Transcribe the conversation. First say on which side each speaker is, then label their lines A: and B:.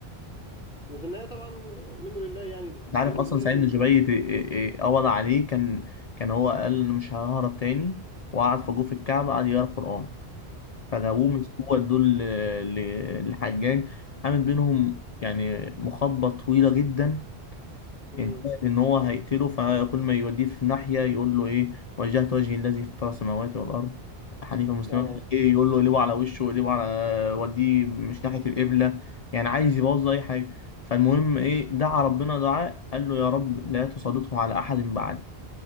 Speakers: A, on the left; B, on the left.
A: وفي النهايه طبعا منه لله يعني
B: انت
A: سعيد
B: عارف
A: بن
B: اصلا
A: جبير
B: سعيد
A: من
B: من
A: من
B: جبيت إيه- إيه- إيه قبض عليه كان كان هو قال أنا مش ههرب تاني وقعد في جوف الكعبة قعد يقرا قرآن فجابوه
A: ايوه
B: مسكوه ادوه ل- ل- للحجاج قامت بينهم يعني مخاطبة طويلة جدا
A: امم
B: انتهت ان هو هيقتله فكل ما يوديه في ناحيه يقول له ايه وجهت وجهي الذي فطر السماوات والارض حنيفا مسلما
A: اه
B: ايه يقول له اقلبه على وشه اقلبه على وديه مش ناحيه القبله يعني عايز يبوظ اي حاجه فالمهم ايه دعا
A: ايوه
B: ربنا دعاء قال له يا رب لا تسلطه على احد بعد